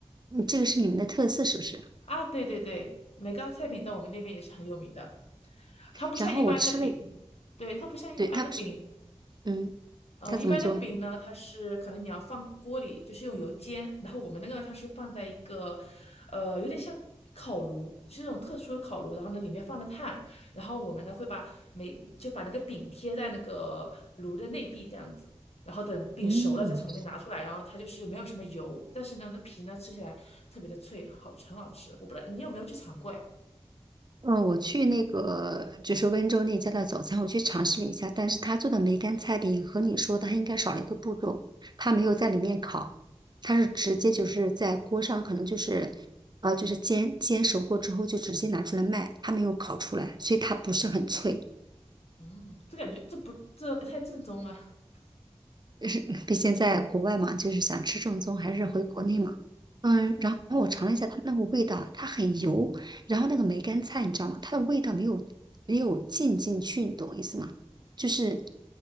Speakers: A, on the right (about 40°); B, on the left (about 65°).
A: 嗯这个是你们的特色是不是？
B: 啊。对对对，梅干菜饼在我们那边也是很有名的，它不像一般的饼，
A: 然后我吃了，
B: 对，它不像一般的饼，
A: 对，他不是，嗯，
B: 嗯，
A: 他怎么做？
B: 一般的饼呢，它是可能你要放锅里，就是用油煎，然后我们那个它是放在一个，呃，有点像烤炉，是那种特殊的烤炉，然后呢里面放了炭，然后我们呢会把每就把那个饼贴在那个炉的内壁这样子，然后等饼熟了再从里面拿出来，
A: 嗯。
B: 然后它就是没有什么油，但是呢那皮呢吃起来特别的脆，好很好吃。我不知道你有没有去尝过呀？
A: 嗯，我去那个就是温州那家的早餐，我去尝试了一下，但是他做的梅干菜饼和你说的，他应该少了一个步骤，他没有在里面烤，他是直接就是在锅上，可能就是呃就是煎煎熟过之后就直接拿出来卖，他没有烤出来，所以它不是很脆。
B: 嗯，这感觉这不这不太正宗啊。<laughs>
A: 是毕竟在国外嘛，就是想吃正宗，还是回国内嘛。嗯，然后我尝了一下它那个味道，它很油，然后那个梅干菜你知道吗？它的味道没有没有浸进去，你懂我意思吗？就是